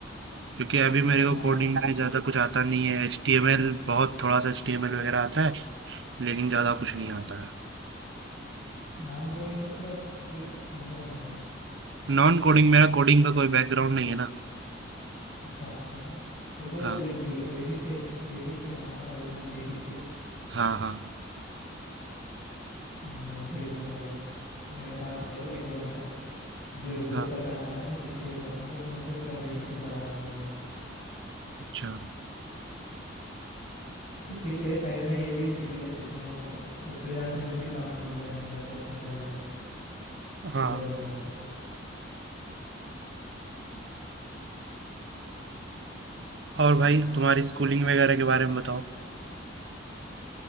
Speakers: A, on the right; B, on the left.
A: क्योंकि अभी मेरे को
B: ना
A: कोडिंग में ज़्यादा कुछ आता नहीं है एचटीएमएल बहुत थोड़ा सा एचटीएमएल वगैरह आता है लेकिन ज़्यादा कुछ नहीं आता है
B: नॉन कोडिंग मतलब लाइक समझा नहीं मैं
A: नॉन कोडिंग मेरा कोडिंग का कोई बैकग्राउंड नहीं है ना
B: अच्छा अच्छा तेरे को
A: हाँ
B: लाइक बे, बेसिक से बेसिक से होना ना रोड मैप बेसिक से
A: हाँ हाँ
B: मैं भेज दूंगा ले मेरे पास है वो एक रोड मैप जो एक यूट्यूब
A: हाँ
B: का चैनल है मैं तेरे शेयर कर दूंगा उसमें तो पूरा बेसिक से पढ़ा है वो लोग
A: अच्छा
B: तो सीख ले साइड में ये भी सीख ले कुछ नहीं होगा देख फ्रीलांसिंग में भी काम मिल जाएंगे अगर तू अच्छा ट्राई करा तो
A: हाँ
B: वेब डेवलपमेंट पे
A: और भाई तुम्हारी स्कूलिंग वगैरह के बारे में बताओ